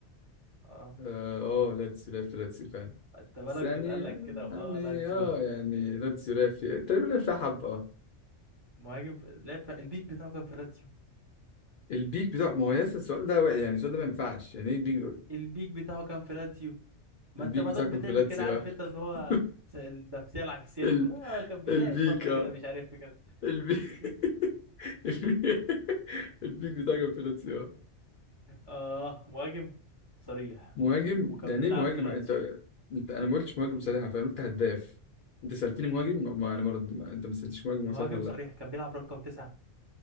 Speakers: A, on the right (about 35°); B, on the left (about 60°).
A: اه
B: اه آه، لاتسيو لعب في لاتسيو فعلا
A: انت بالك
B: بس يعني
A: بتقلق كده واه
B: يعني
A: لاتزيو
B: اه يعني لاتسيو لعب في تقريبا لعب فيها حبه اه
A: <laughs> مهاجم في... لعب في... البيك بتاعه كان في لاتزيو
B: البيك بتاع ما هو لسه السؤال ده واقع، يعني السؤال ده ما ينفعش يعني ايه البيك دول
A: البيك بتاعه كان في لاتزيو ما
B: البيك
A: انت ما
B: بتاعه
A: دام
B: كان
A: بتعمل
B: في لاتسيو
A: كده عارف
B: اه
A: انت اللي هو
B: <laughs>
A: س- النفسيه العكسيه
B: ال...
A: اللي هو آه كان بيلعب
B: البيك
A: فتره
B: اه
A: كده مش عارف في كده
B: البيك
A: <laughs>
B: <laughs> البيك البيك بتاعه كان في لاتسيو اه
A: اه مهاجم صريح
B: مهاجم
A: وكان
B: يعني
A: بيلعب
B: ايه مهاجم
A: في لاتزيو
B: انت انت انا ما قلتش مهاجم صريحه فانا قلت هداف انت سالتني مهاجم ما ما- انا مرد... ما... انت ما سالتش مهاجم
A: مهاجم
B: هو صريح ولا
A: صريح
B: لا
A: كان بيلعب رقم تسعة